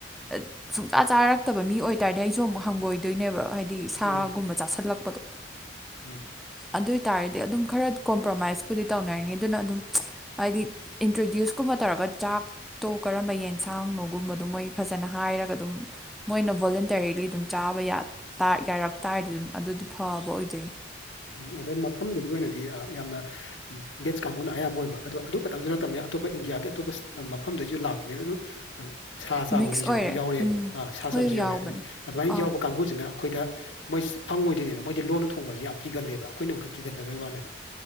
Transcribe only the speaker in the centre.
ꯑ ꯁꯨꯡꯆꯥꯥ ꯆꯥꯔꯛꯇꯕ ꯃꯤ ꯑꯣꯏꯇꯥꯥꯔꯗꯤ ꯑꯩꯁꯨ ꯑꯃꯨꯛ ꯍꯪꯒꯣꯏꯗꯣꯏꯅꯦꯕ ꯍꯥꯏꯗꯤ ꯁꯥꯒꯨꯝꯕ
ꯆꯥꯁꯜꯂꯛꯄꯗꯣ
ꯑꯗꯨ ꯑꯣꯏ ꯇꯥꯔꯗꯤ ꯑꯗꯨꯝ ꯈꯔ ꯀꯣꯝꯄ꯭ꯔꯣꯃꯥꯏꯁꯄꯨꯗꯤ ꯇꯧꯅꯔꯅꯤ ꯑꯗꯨꯅ ꯑꯗꯨꯝ ꯍꯥꯏꯗꯤ ꯏꯟꯇ꯭ꯔꯣꯗ꯭ꯌꯨꯁꯀꯨꯝꯕ ꯇꯧꯔꯒ ꯆꯥꯛ ꯇꯣ ꯀꯔꯝꯕ ꯌꯦꯟꯁꯥꯡꯅꯣꯒꯨꯝꯕꯗꯣ ꯃꯣꯏ ꯐꯖꯅ ꯍꯥꯏꯔꯒ ꯗꯨꯝ ꯃꯣꯏꯅ ꯚꯣꯂꯨꯟꯇꯔꯤꯂꯤ ꯑꯗꯨꯝ ꯆꯥꯕ ꯌꯥ ꯇꯥ ꯌꯥꯔꯛ ꯇꯥꯔꯗꯤ ꯑꯗꯨꯗꯤ ꯐꯕ ꯑꯣꯏꯗꯣꯏꯟ
ꯃꯤꯛꯁ
ꯑꯣꯏꯔꯦ
ꯎꯝ
ꯍꯣꯏ
ꯌꯥꯎꯕꯅꯦ
ꯑꯥ